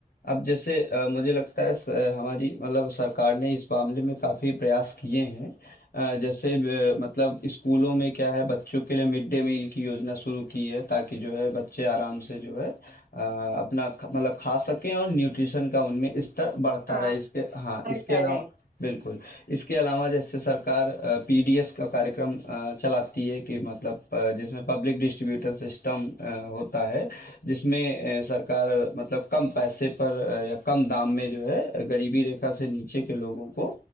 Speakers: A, on the left; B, on the right.
A: अब जैसे अ, मुझे लगता है स- हमारी मतलब सरकार ने इस मामले में काफी प्रयास किए हैं अ, जैसे अ, मतलब स्कूलों में क्या है बच्चों के लिए मिड डे मील की योजना शुरू की है ताकि जो है बच्चे आराम से जो है अ, अपना ख- मतलब खा सकें और न्यूट्रिशन का उनमें स्तर बढ़ता
B: हाँ
A: रहे इसके हाँ
B: बढ़ता
A: इसके अलावा
B: रहे
A: बिल्कुल इसके अलावा जैसे सरकार पीडीएस का कार्यक्रम अ, चलाती है कि मतलब अ, जिसमें पब्लिक डिस्ट्रीब्यूटर सिस्टम होता है जिसमें अ, सरकार अ, मतलब कम पैसे पर अ, या कम दाम में जो है अ, गरीबी रेखा से नीचे के लोगों को